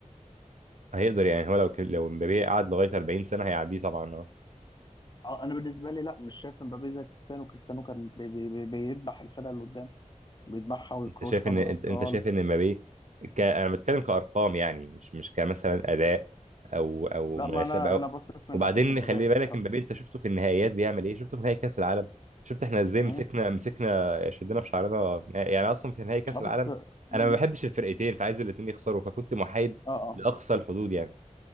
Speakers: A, on the right (about 65°); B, on the left (about 35°).
A: هيقدر يعني هو لو ك- لو مبابي قعد لغاية 40 سنة هيعديه طبعا آه.
B: اه انا بالنسبه لي لا مش شايف مبابي زي كريستيانو كريستيانو كان بي- بي- بي- بيدبح الفرقه اللي قدام بيدبحها ويكروشها
A: انت شايف ان
B: من
A: انت
B: الابطال
A: انت شايف ان مبابي ك... انا بتكلم كارقام يعني مش مش كمثلا اداء او او
B: لا
A: مناسبه
B: ما انا
A: أو...
B: انا بصيت من
A: وبعدين
B: ناحيه الاداء
A: خلي
B: بصراحه
A: بالك مبابي انت شفته في النهائيات بيعمل ايه شفته في نهائي كاس العالم شفت احنا ازاي
B: امم
A: مسكنا مسكنا شدينا في شعرنا يعني اصلا في نهائي كاس
B: اه
A: العالم
B: بس مم.
A: انا ما بحبش الفرقتين فعايز الاثنين يخسروا فكنت محايد
B: اه اه
A: لاقصى الحدود يعني